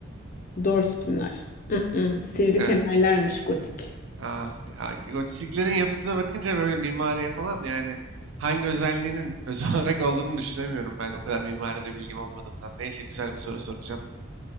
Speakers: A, on the left; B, on the right.
A: Dor sütunlar. Mm-mm, sivri
B: evet.
A: kemerlermiş gotik.
B: Ah, ya, gotiklerin yapısına bakınca böyle mimariye falan yani hangi özelliğinin <laughs> özel olarak olduğunu düşünemiyorum ben o kadar mimaride bilgim olmadığından. Neyse güzel bir soru soracağım.